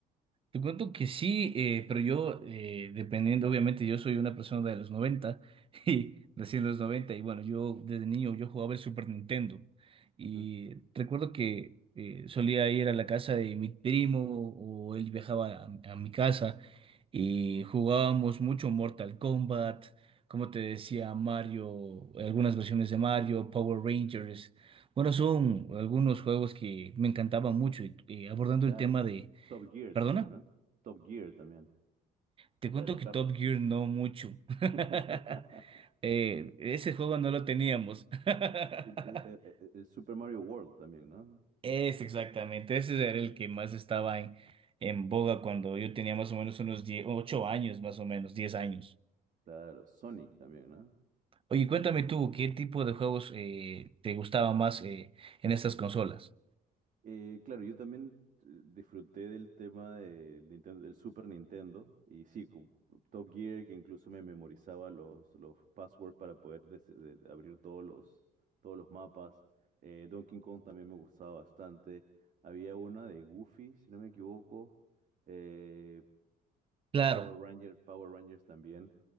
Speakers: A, on the right (about 30°); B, on the right (about 50°).
A: Te cuento que sí, eh, pero yo, eh, dependiendo, obviamente, yo soy una persona de los 90 <laughs> y nací los 90 y bueno, yo desde niño yo jugaba el Super Nintendo y
B: Ujú,
A: recuerdo que eh, solía ir a la casa de mi primo o él viajaba a, a mi casa y jugábamos mucho Mortal Kombat, como te decía, Mario, algunas versiones de Mario, Power Rangers. Bueno, son algunos juegos que me encantaban mucho y eh, abordando
B: Claro.
A: el tema de...
B: Top Gear
A: ¿Perdona?
B: también, ¿no? Top Gear también,
A: Te cuento
B: la de los
A: que
B: carros.
A: Top Gear no mucho. <laughs>
B: <laughs>
A: Eh, ese juego no lo teníamos.
B: El,
A: <laughs>
B: el- el- el Super Mario World también, ¿no?
A: Es exactamente, ese era el que más estaba en, en boga cuando yo tenía más o menos unos 10, 8 años, más o menos, 10 años.
B: Claro, Sonic también, ¿no?
A: Oye, cuéntame tú, ¿qué tipo de juegos eh, te gustaba más eh, en estas consolas?
B: Eh, claro, yo también eh, disfruté del tema del Nintendo, del Super Nintendo y sí, con Top Gear que incluso me memorizaba los, los passwords para poder des- de- de abrir todos los, todos los mapas. Eh, Donkey Kong también me gustaba bastante. Había una de Goofy, si no me equivoco. Eh,
A: Claro,
B: Power Ranger, Power Rangers también.